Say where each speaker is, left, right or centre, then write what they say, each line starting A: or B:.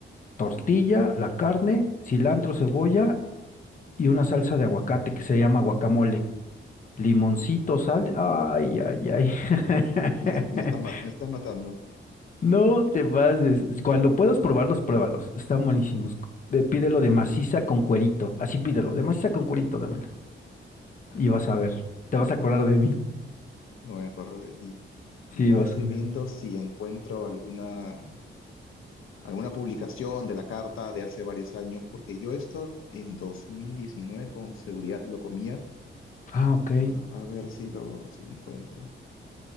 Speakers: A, on the left; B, on the left.
A: tortilla, la carne, cilantro, cebolla y una salsa de aguacate que se llama guacamole, limoncito, sal, ay, ay, ay. <laughs>
B: me, es- me estás, ma- me estás matando.
A: No te pases. Cuando puedas probarlos, pruébalos. Están buenísimos. C- de- Pídelo de maciza con cuerito. Así pídelo, de maciza con cuerito, dámelo.
B: A
A: Y vas
B: ver,
A: a ver. Te vas a acordar de mí.
B: no me acuerdo de ti. Igual
A: Sí, vas
B: estoy
A: a ver.
B: viendo si encuentro alguna, alguna publicación de la carta de hace varios años, porque yo esto en 2019 con seguridad lo comía,
A: Ah, ok.
B: pero a, a ver si lo, si lo encuentro.